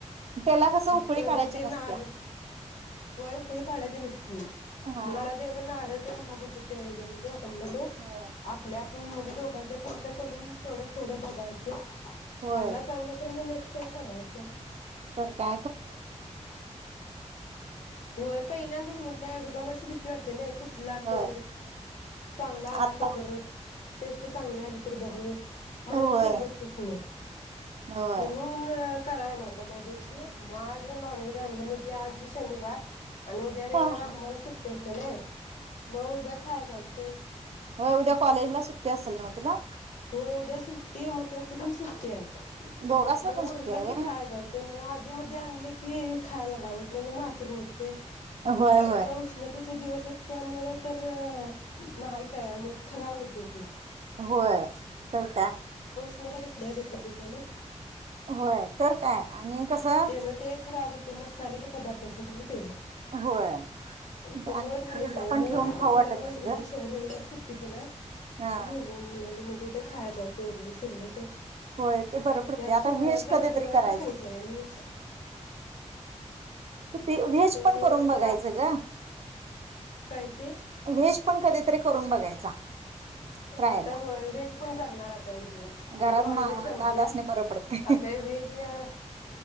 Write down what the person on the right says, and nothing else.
त्याला कसं
उकळी काढायची
नसत्या.
हा
होय
होय.
तर का
होय.
आता
होय.
होय.
होय
होय उद्या कॉलेजला सुट्टी असल न्हव तुला?
दोघासना
पण सुट्टी
आहे
व्हय.
होय
होय.
होय तर काय.
होय तर काय आणि कसं
होय.
आणि
फ्रीजला
पण
ठेवून
खाऊ वाटत
नाही ग.
हा.
होय ते बरं पडतयं.
आता
व्हेज कधीतरी
करायचा.
ते व्हेज
पण करून
बघायचं
गं.
व्हेज पण कधीतरी करून बघायचा. ट्रायला
घरात
मा
दादासने बरं पडते